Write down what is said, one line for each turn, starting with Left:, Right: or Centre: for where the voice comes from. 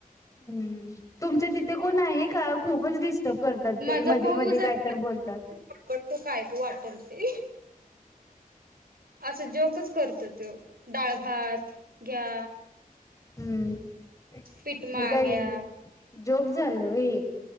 Left: हम्म. तुमच्या तिथे कोण आहे का खूपच डिस्टर्ब करतात ते
Right: माझा
Left: मध्ये
Right: भाऊ
Left: मध्ये
Right: जरा
Left: काहीत बोलतात.
Right: बडबडतो काय वाटल ते असं जोकच करत तो डाळ, भात घ्या
Left: हम्म.
Right: पीठ माग्या
Left: हे काय जोक झाल व्हय.